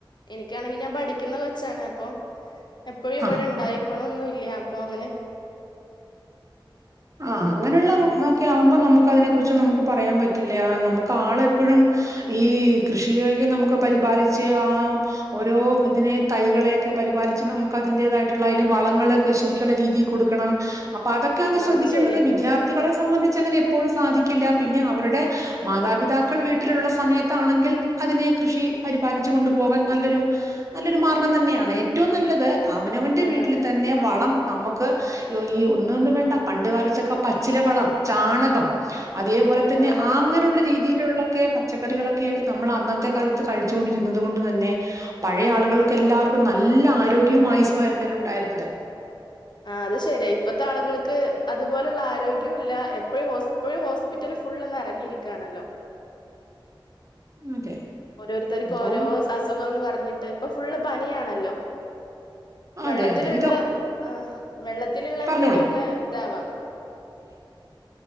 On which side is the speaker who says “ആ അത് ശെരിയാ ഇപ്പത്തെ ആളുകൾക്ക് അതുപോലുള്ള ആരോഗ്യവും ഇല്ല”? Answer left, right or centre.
Left